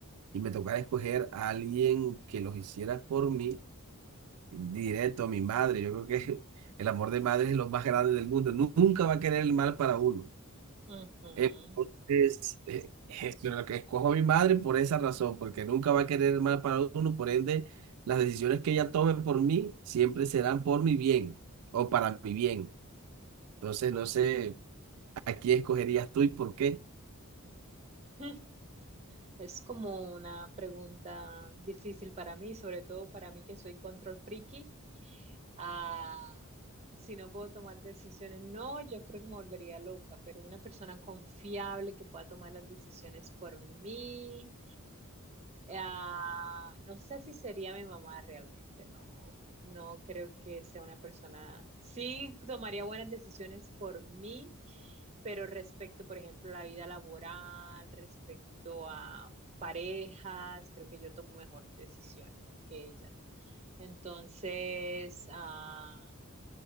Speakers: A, on the right; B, on the right.
A: y me tocara escoger a alguien que los hiciera por mí, directo a mi madre. Yo creo que <laughs> el amor de madre es lo más grande del mundo. Nu- Nunca va a querer el mal para uno.
B: ujú.
A: Entonces, eh, es lo que escojo a mi madre por esa razón, porque nunca va a querer el mal para uno. Por ende, las decisiones que ella tome por mí siempre serán por mi bien o para mi bien. Entonces,
B: Oh.
A: no sé, ¿a quién escogerías tú y por qué?
B: <laughs> Es como una pregunta difícil para mí, sobre todo para mí que soy control friki. a si no puedo tomar decisiones. No, yo creo que me volvería loca, pero una persona confiable que pueda tomar las decisiones por mí, Ah, no sé si sería mi mamá realmente, no. No creo que sea una persona. Sí, tomaría buenas decisiones por mí, pero respecto, por ejemplo, a la vida laboral, respecto a parejas, creo que yo tomo mejores decisiones que ella. Entonces, ah,